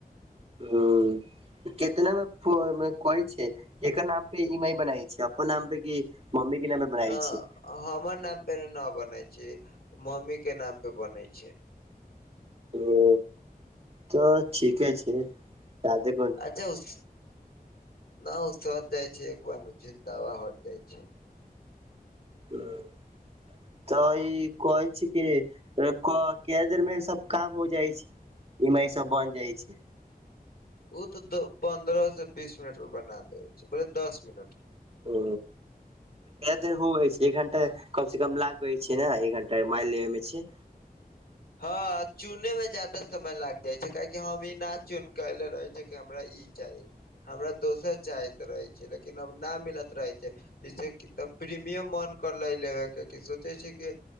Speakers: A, on the right (about 40°); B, on the left (about 80°).
A: हम्म कितना मे फो- कहै छै एकर नाम पे ई एम आई बनाइ छी अपन नाम पे कि मम्मी के नाम पे बनाय
B: न
A: छै
B: हमर नाम पे न बनेै छै मम्मी के नाम पे बनेै छै।
A: ओ तऽ ठीके छै तादे
B: अच्छा ओ स-स ना ओ सध जाइ छै एक बार मे चिन्तावा हट जाइ छै।
A: हम्म तऽ ई कहै छी की क कै देर मे ई सब काम हो जाइ छै। इ एम आई सब बन जाइ छै।
B: ओ त त पंदरह स बीस मिनट में बना देे छै बोले दस मिनट में।
A: ओ कै देर हो हे छै एक घंटा कम से कम लाग छै ने एक घंटा मइ लेे मे छै
B: हँ चुने में ज्यादा समय लाग जाइ छै काहेकि हम ई न चुन कले रहे जे कि हमरा ई चाही। हमरा दोसर चाहैत रहे छलै लेकिन अब न मिलत रहे छै। जैसे की तब प्रीमियम वन करले की सोचे छै कि